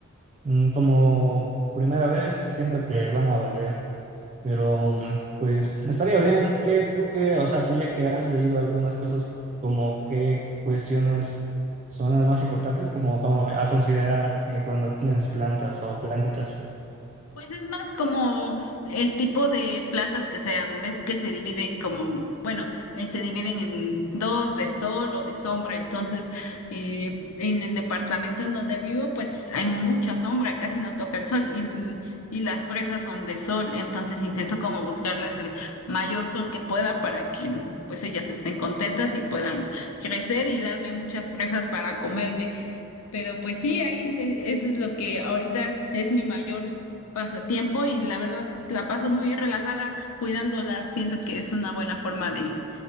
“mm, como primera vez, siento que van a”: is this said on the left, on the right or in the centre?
Right